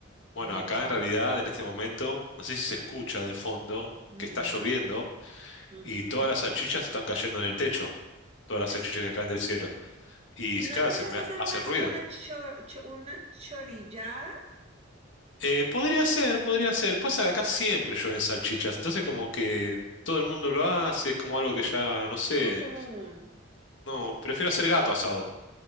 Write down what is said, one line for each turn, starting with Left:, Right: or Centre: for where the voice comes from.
Left: Bueno,
Right: No,
Left: acá
Right: Germán.
Left: en realidad en este momento, no sé si se escucha de fondo
Right: Mm,
Left: que está lloviendo
Right: ujú.
Left: y todas las salchichas están cayendo en el techo, todas las
Right: Es
Left: salchichas
Right: que-
Left: que caen del cielo. Y
Right: ¿Y
Left: claro,
Right: no empezaste
Left: se me
Right: a hacer
Left: hace
Right: unas,
Left: ruido.
Right: una, cho- cho- una chorillada?
Left: Eh, podría ser, podría ser. Pasa que acá siempre llueven salchichas, entonces como que todo el mundo lo hace, es como algo que ya, no sé,
Right: Algo como un...
Left: no, prefiero hacer gato asado.